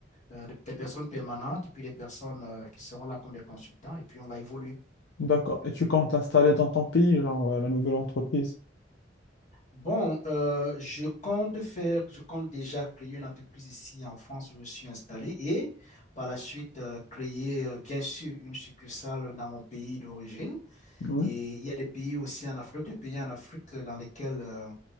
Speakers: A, on the left; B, on the left.
A: euh, des des personnes permanentes et puis des personnes euh, qui seront là comme des consultants et puis on va évoluer.
B: D'accord. Et tu comptes t'installer dans ton pays, genre, euh, la nouvelle entreprise?
A: Bon, euh, je compte faire, je compte déjà créer une entreprise ici en France où je suis installé et par la suite euh, créer euh, bien sûr une succursale dans mon pays d'origine.
B: Ouais.
A: Et il y a des pays aussi en Afrique, d'autres pays en Afrique dans lesquels euh,